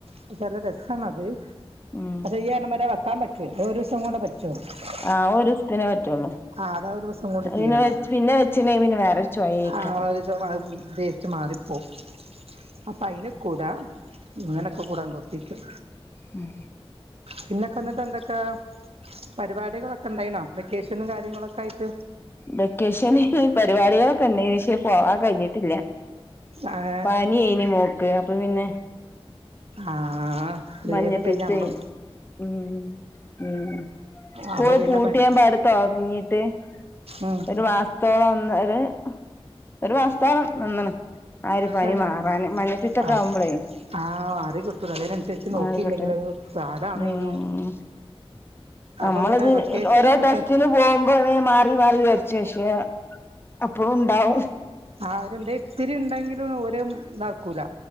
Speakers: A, on the right (about 75°); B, on the left (about 20°).
A: പക്ഷെ നല്ല രസാണത്
B: ഉം
A: അത് യ്യ് പറഞ്ഞ പോലെ വെക്കാൻ പറ്റൂ ഒരു ദിവസം കൊണ്ട് <unintelligible>
B: ആ ഒരുസ്ത്തിനേ പറ്റൊള്ളൂ
A: ആഹ് അത് ഒരു ദിവസം കൊണ്ട്
B: അ പിന്നെ
A: തീരണം
B: പിന്നെ വെച്ചിണ്ടെങ്കി പിന്നെ വേറൊരു ചൊയയ്ക്കാരം
A: ആഹ് ഒരു ചൊ ടേസ്റ്റ് മാറിപ്പോം അപ്പോ അയിന് ക്കൂല ഇങ്ങനൊക്കെക്കൂടെ അണ്ട് ഒപ്പിക്കും
B: ഉം
A: പിന്നൊക്കെ ന്നിട്ട് എന്തൊക്കെ പരിപാടികളൊക്കെണ്ടായിനോ വെക്കേഷനും കാര്യങ്ങളൊക്കായിട്ട്
B: വെക്കേഷൻ ഈ പരിപാടികളൊക്കെ ഇൻണ്ടേയ്ന് പോവാൻ കഴിഞ്ഞിട്ടില്ല
A: ആഹ്
B: പനിയേയ്ന്ന് മോക്ക് അപ്പൊ പിന്നെ
A: ആ എല്ലെതും
B: മഞ്ഞപ്പിത്തേം
A: കഴിഞ് ഞമ്മൾ
B: ഉം ഉം സ്കൂള്
A: അപ്പൊ പിന്നെ
B: പൂട്ടിയേമ്പാട്
A: പരി
B: തൊടങ്ങിട്ട്
A: ഉം
B: ഒരു മാസത്തോളം ഒന്ന് ഒരു ഒരു മാസത്തോളം നിന്ന്ണ് ആ ഒരു പനി
A: തന്നെ
B: മാറാന് മഞ്ഞപ്പിത്തൊക്കാവുമ്പളെ
A: ആ ആ മാറി കിട്ടൂല അതിനനുസരിച്ച്
B: മാറികിട്ടാൻ
A: നോക്കിയില്ലെങ്കിൽ അത് പാടാണേനു
B: ഉം
A: അപ്പൊ
B: നമ്മളിത്
A: പിന്നെ വെക്കേഷന്
B: ഓരോ
A: കുട്ടികൾ
B: ടെസ്റ്റിന് പോകുമ്പോ മാറി മാറി ജാര്ച്ചും പക്ഷെ അപ്പളുണ്ടാവും
A: ആ അവര്ന്തെ ഇത്തിരിണ്ടെങ്കിലും ഓര് ഇതാക്കൂല